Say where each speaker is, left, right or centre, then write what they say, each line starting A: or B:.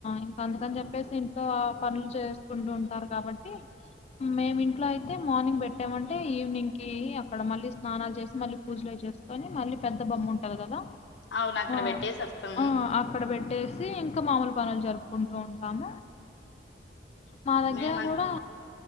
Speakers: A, on the left; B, on the left.
A: ఇంకా అందుకని చెప్ పేస్ ఇంట్లో పనులు చేసుకుంటూ ఉంటారు కాబట్టి మేము ఇంట్లో ఐ అయితే మార్నింగ్ పెట్టామంటే ఈవినింగ్ కి అక్కడ మళ్ళీ స్నానాలు చేసి మళ్ళీ పూజలు చేసుకొని మళ్ళీ పెద్ద బొమ్మ ఉంటది కదా
B: అవును అక్కడ
A: ఆ
B: పెట్టేసి వస్తాం
A: ఆ అక్కడ పెట్టేసి ఇంకా మామూలు పనులు జరుపుకుంటూ ఉ రాము మా దగ్గర
B: మేము
A: కూడా